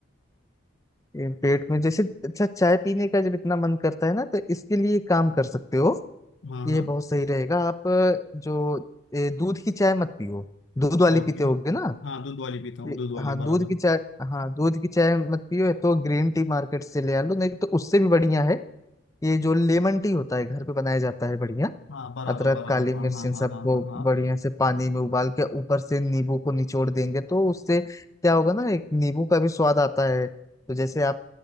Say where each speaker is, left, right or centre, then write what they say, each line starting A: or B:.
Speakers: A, on the left; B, on the left.
A: ये पेट में जैसे अच्छा चाय पीने का जब इतना मन करता है ना तो इसके लिए काम कर सकते हो
B: हाँ
A: ये
B: हाँ
A: बहुत सही रहेगा आप अ, जो ए, दूध की चाय मत पियो दूध वाली
B: ओके
A: पीते होगे ना
B: हाँ दूध वाली पीता हूँ
A: ये-
B: दूध वाली
A: हाँ दूध
B: बराबर
A: की चाय हाँ दूध की चाय मत पियो या तो ग्रीन टी मार्केट से ले आ लो नहीं तो उससे भी बढ़िया है ये जो लेमन टी होता है घर पे बनाया जाता है बढ़िया
B: हाँ बराबर
A: अदरक
B: बराबर
A: काली
B: हाँ
A: मिर्च
B: हाँ
A: इन
B: हाँ
A: सबको
B: हाँ हाँ हाँ
A: बढ़िया से पानी में उबाल के ऊपर से नींबू को निचोड़ देंगे तो उससे क्या होगा ना एक नींबू का भी स्वाद आता है तो जैसे आप